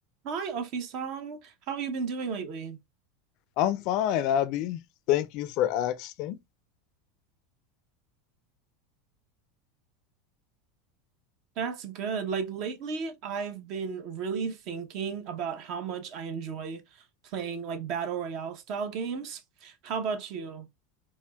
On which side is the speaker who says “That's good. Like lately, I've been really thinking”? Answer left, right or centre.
Right